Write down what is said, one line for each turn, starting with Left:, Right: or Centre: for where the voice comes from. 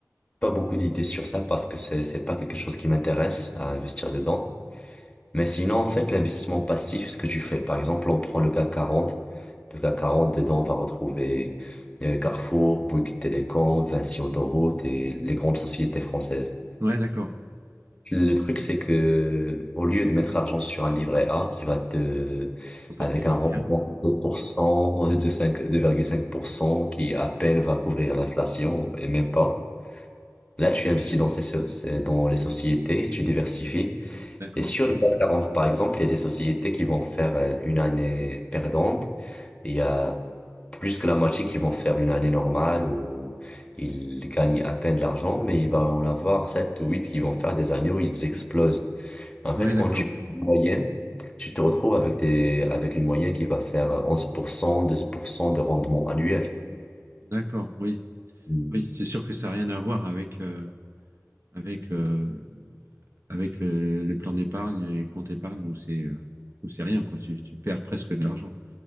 Left: pas beaucoup d'idées sur ça parce que c'est, c'est pas quelque chose qui m'intéresse à investir dedans. Mais sinon, en fait, l'investissement passif, ce que tu fais, par exemple, on prend le CAC 40. Le CAC 40, dedans, on va retrouver euh, Carrefour, Bouygues Télécom, Vinci Autoroute et les grandes sociétés françaises.
Right: Ouais, d'accord.
Left: Le truc, c'est que au lieu de mettre l'argent sur un livret A qui va te,
Right: Apporter
Left: avec un rendement
Right: rien.
Left: de 2%, <laughs> de 5, 2,5%, qui à peine va couvrir l'inflation et même pas, là, tu investis dans ces, so- ces- dans les sociétés et tu diversifies.
Right: D'accord.
Left: Et sur le CAC 40, par exemple, il y a des sociétés qui vont faire euh, une année perdante. Il y a plus que la moitié qui vont faire une année normale où ils gagnent à peine de l'argent, mais il va en avoir 7 ou 8 qui vont faire des années où ils explosent. En fait,
Right: Ouais, d'accord.
Left: quand tu fais une moyenne, tu te retrouves avec des, avec une moyenne qui va faire onze pour cent douze pour cent de rendement annuel.
Right: D'accord, oui.
Left: Mm.
Right: Oui, c'est sûr que ça n'a rien à voir avec... euh, avec, euh, avec le- les plans d'épargne et les comptes épargne où c'est euh, où c'est rien, quoi. Tu, tu perds presque de l'argent.